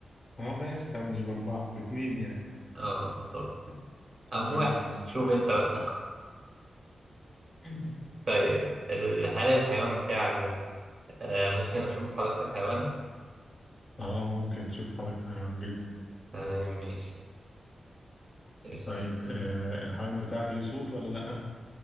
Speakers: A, on the left (about 40°); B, on the right (about 50°).
A: اه ماشي طب مش بأربعة باتنين يعني
B: اه بالظبط كده أو
A: زي
B: بواحد
A: الفل
B: شوف أنت بقى
A: <laughs>
B: <laughs> طيب ال- هل الحيوان بتاعك ده آه ممكن أشوف حديقة الحيوان؟
A: اه ممكن تشوف حضرتك حيوان جدا
B: تمام ماشي اسأل
A: طيب آه الحيوان بتاعك ليه صوت ولا لأ؟